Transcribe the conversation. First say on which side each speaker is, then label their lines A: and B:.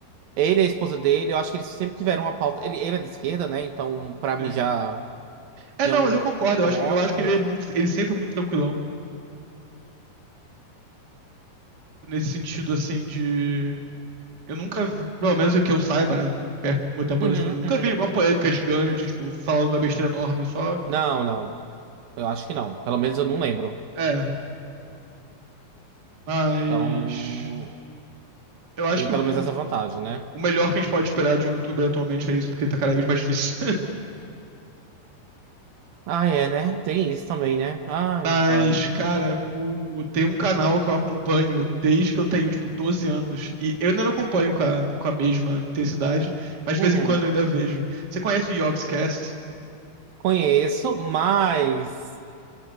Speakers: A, on the right (about 75°); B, on the right (about 45°).
A: Ele e a esposa dele, eu acho que eles sempre tiveram uma pauta. Ele, ele é de esquerda, né? Então, pra mim,
B: Sim.
A: já,
B: É,
A: já
B: não,
A: é um,
B: mas eu concordo,
A: um
B: eu acho
A: ótimo.
B: que, eu acho que ele é muito, ele sempre foi muito tranquilão, nesse sentido, assim, de... Eu nunca vi, pelo menos o que eu saiba, né, não perco meu tempo
A: Uhum,
B: das coisas, eu nunca
A: uhum.
B: vi alguma polêmica gigante, tipo, falar alguma besteira enorme, só...
A: Não, não. Eu acho que não. Pelo menos eu não lembro.
B: É, mas...
A: Então,
B: Eu acho
A: tem
B: que
A: pelo
B: o, o
A: menos essa vantagem, né?
B: o melhor que a gente pode esperar de um youtuber atualmente é isso, porque tá cada vez mais difícil.
A: Ah, é, né? Tem isso também, né? Ai,
B: Mas,
A: meu pai.
B: cara, o... tem um canal que eu acompanho desde que eu tenho, tipo, 12 anos. E eu ainda não acompanho com a, com a mesma intensidade, mas
A: Uhum.
B: de vez em quando eu ainda vejo. Você conhece o Yogscast?
A: Conheço, mas.